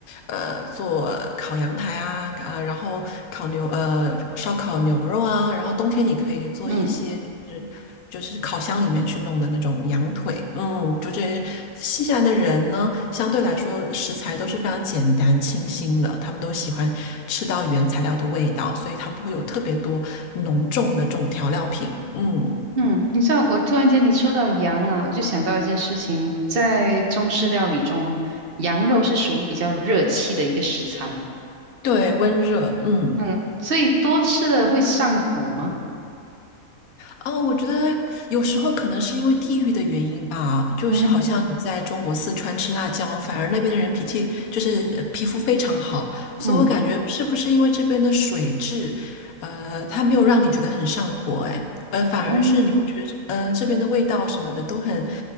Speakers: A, on the left (about 80°); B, on the right (about 45°).
A: 呃做烤羊排啊，啊，然后烤牛呃烧烤牛肉啊，然后冬天你可以做一些就是就是烤箱里面去弄的那种羊腿。
B: 嗯
A: 嗯，就这新西兰的人呢，相对来说食材都是非常简单清新的，他们都喜欢吃到原材料的味道，所以它不会有特别多浓重的这种调料品。嗯。
B: 嗯，你知道我突然间你说到羊啊，我就想到一件事情，在中式料理中，羊肉是属于比较热气的一个食材，
A: 对，温热，嗯，
B: 嗯，所以多吃了会上火吗？
A: 哦，我觉得有时候可能是因为地域的原因吧，就是好像你在中国四川吃辣椒，
B: 嗯
A: 反而那边的人脾气就是呃皮肤非常好，
B: 嗯
A: 所以我感觉是不是因为这边的水质，呃，它没有让你觉得很上火，哎，呃，反而是你会觉得，
B: 哦，
A: 呃，这边的味道什么的都很